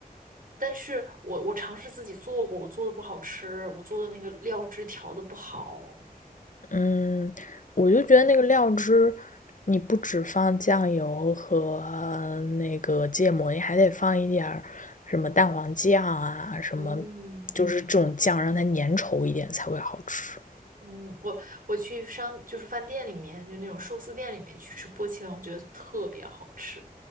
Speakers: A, on the right (about 60°); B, on the left (about 55°).
A: 但是我我尝试自己做过，我做的不好吃，我做的那个料汁调的不好。
B: 嗯，我就觉得那个料汁，你不只放酱油和那个芥末，你还得放一点儿什么蛋黄酱啊，什么
A: 嗯
B: 就是这种酱，让它粘稠一点才会好吃。
A: 嗯，我我去商就是饭店里面，就那种寿司店里面去吃波奇碗，我觉得特别好吃。